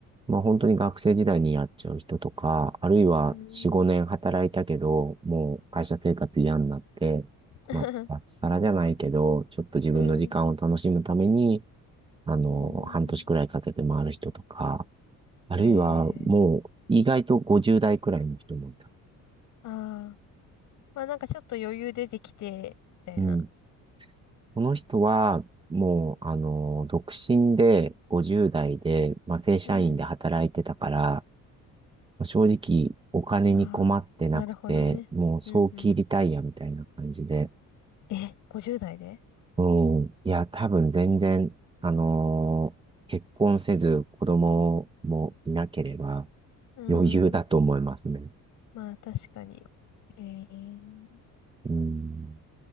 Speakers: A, on the right; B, on the left.
A: まあ本当に学生時代にやっちゃう人とか、あるいは4、
B: うん。
A: 5年働いたけど、もう会社生活嫌になって、
B: <laughs>
A: まあ脱サラじゃないけど、ちょっと自分の時間を楽しむために、
B: うん。<laughs> うん。
A: あの、
B: うん
A: 半年くらいかけて回る人とか、
B: ええいいねうんうーんえすごへえうんうんうんう
A: あるいはもう意外と50代くらいの人もいた。
B: んええああ。まあなんかちょっと余裕出てきて、みたいな。
A: うんこの人は、もう、あの、独身で、50代で、まあ、正社員で働いてたから、
B: うん。
A: まあ正直、お金に困ってなくて、
B: ああ。なるほどね。
A: もう、早期リタイアみたいな感じで、
B: うんうん。え、50代で
A: うん。いや、多分全然、あのー結婚せず、子供もいなければ、
B: うん。
A: 余裕だと思いますね。
B: うんまあ確かに。ええい
A: うん。